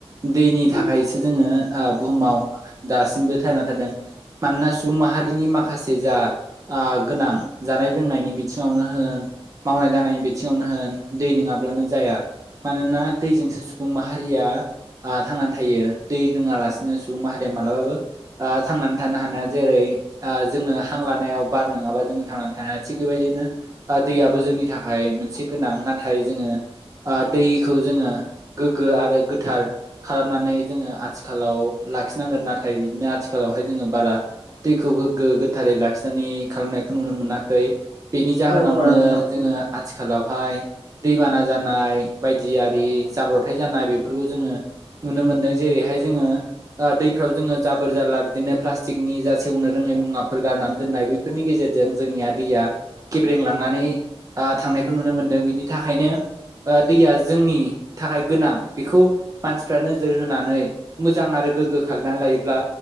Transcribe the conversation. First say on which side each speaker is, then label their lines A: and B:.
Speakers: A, on the right; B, on the right.
A: दैनि
B: उम
A: थाखायसो जोङो ओ बुहुमाव दासिमबो थांना थादों मानोना सुबुं माहारिनि माखासे जा ओ गोनां जानाय लोंनायनि बिथिङावनो होन मावनाय दांनि बिथिङावनो होन दै नङाब्लानो जाया मानोना दैजोंसो सु बुं माहारिया थांनानै थायो दै लोङालासिनो सुबुं माहारिया मालाबाबो थांनानै थानो हानाया जेरै दा जोङो हां लानायाव बार नोङाबा जोंङो थांनानै थानो हायि थिग बेबायदिनो दैयाबो जोंनि थाखाय मोनसे गोनां नाथाय जोङो दैखौ जोङो गोगो आरो गोथार खालामनानै जोङो आथिखालाव लाखिनांगोन नाथाय बिदिनो आथिखालावहाय जोङो बारा दैखौ गोग्गो गोथारै लाखिनानै खालामनायखौ नुनो मोनाखै। बेनि जाहोनावनो
B: औ औ नोंथां
A: जोङो आथिखालावहाय दैबाना जानाय बायदिआरि जाब्रथाय जानाय बेफोरखौ जोङो नुनो मोनदों। जेरैहाय जोङो दैफ्राव जोङो जाबोर जाला बिदिनो प्लास्टिकनि जा सेवनो रोङै मुवाफोरखौ गारनानै दोननाय बेफोरनि गेजेरजों जोंनिया दैया गेब्रें लांनानै थांनायखौ नुनो मोनदों बिनि थाखायनो दैया जोंनि थाखाय गोनां बेखौ मानसिफ्रा नोजोर होनानै मोजां आरो गोग्गो खालामनानै लायोब्ला